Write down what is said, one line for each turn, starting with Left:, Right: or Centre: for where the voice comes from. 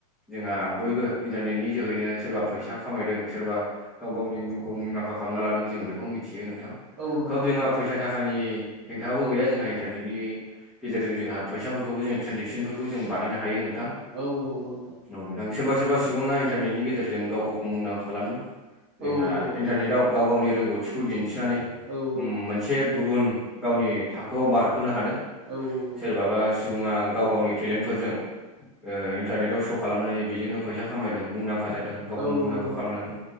Centre: जोंहा बयबो इन्टारनेटनि जोहैनो सोरबा फैसा खामायदों सोरबा गाव गावनि मुंखौ मुंदांखा खालामना लादों जों बेखौ मिथियो नोंथां
Right: औ नंगौ
Centre: खोब
Right: नंगौ
Centre: जोंहा
Right: नोंथां
Centre: फैसा थाखानि हेंथाबो गैया जोंहा इन्टारनेटनि गेजेरजों जोंहा फैसाफोरखौबो जों ट्रेनजेकसनफोरखौ जों बानायनो हायो नोंथां
Right: औ औ नंगौ नोंथां
Centre: औ नोंथां सोरबा सोरबा सुबुङा इन्टारनेटनि गेजेरजों गाव गावखौ मुंदांखा खालामदों जोंहा
Right: औ औ नंगौ
Centre: इन्टारनेटआव
Right: नोंथां
Centre: गाव गावनि रोंगौथिखौ दिन्थिनानै
Right: औ औ
Centre: मोन से गुबुन गावनि थाखोआव बारखोनो हादों
Right: औ औ नंगौ
Centre: सोरबाबा सुबुङा गाव गावनि टेलेन्टफोरजों ओ इन्टारनेटाव श' खालामनानै बेजोंनो फैसा खामायदों मुंदांखा जादों गावखौ
Right: औ
Centre: मुंदांखा
Right: नंगौ
Centre: खामनो
Right: नोंथां
Centre: हादों।